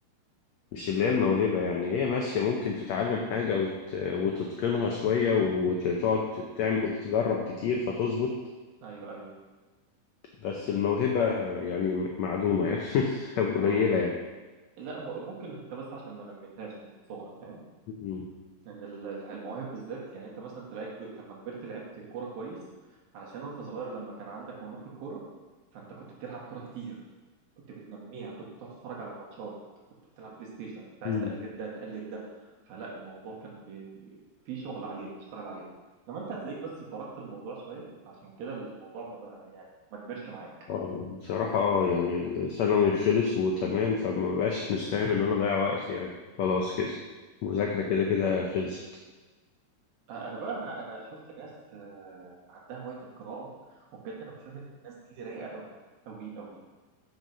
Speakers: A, on the left; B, on the right.
A: مش اللي هي الموهبة يعني هي ماشية ممكن تتعلم حاجة وت... وتتقنها شوية وتقعد تعمل تجرب كتير فتظبط
B: ايوه ايوه
A: بس الموهبة يعني م- معدومة يعني <laughs> أو قليلة
B: اه
A: يعني
B: لا م- ممكن انت بس عشان ما نميتهاش من صغرك فاهم
A: مم.
B: لان ال- ال- المواهب بالذات يعني انت مثلا تلاقيك ب... لما كبرت لعبت كوره كويس علشان وانت صغير لما كان عندك موهبه الكوره فانت كنت بتلعب كوره كتير كنت بتنميها كنت بتقعد تتفرج على ماتشات كنت بتلعب بلاي ستيشن كنت عايز
A: مم.
B: تقلد ده تقلد ده فلا الموضوع كان بي... في شغل عليه بتشتغل عليه انما انت هتلاقيك بس تركت الموضوع شويه فعشان كده الموضوع ما بقى يعني ما كبرش معاك
A: آه، بصراحة اه يعني الثانوي خلص وتمام فما بقاش مستاهل إن أنا أضيع وقت يعني خلاص كده المذاكرة كده كده خلصت
B: آه، انا بقى انا انا شفت ناس آه، عندها هوايه القراءه وبجد انا بشوف ان الناس دي رايقه قوي قوي قوي